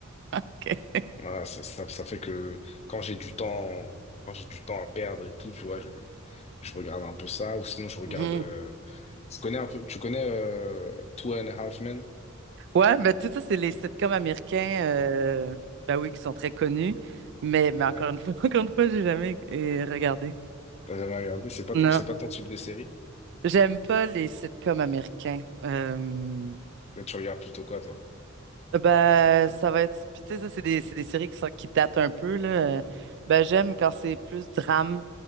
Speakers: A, on the right; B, on the left.
A: OK.
B: Voilà, c'est- ça, ça fait que quand j'ai du temps, quand j'ai du temps à perdre et tout, tu vois, je, je regarde un peu ça, ou sinon je regarde.
A: <laughs>
B: euh, tu connais un peu, tu connais euh, Two and a Half Men?
A: Ouais, ben tout ça, c'est les sitcoms américains, euh, ben oui, qui sont très connus, mais, mais
B: Ouais.
A: encore une fois, <laughs> encore une fois, j'ai jamais euh, regardé.
B: T'as jamais regardé? C'est pas ton,
A: Non,
B: c'est pas ton type de série?
A: j'aime pas les sitcoms américains. Euh,
B: Mais tu regardes plutôt quoi, toi?
A: ben, ça va être, puis tu sais, ça, c'est des, c'est des séries qui sont, qui datent un peu, là. Euh, Ben, j'aime quand c'est plus drame.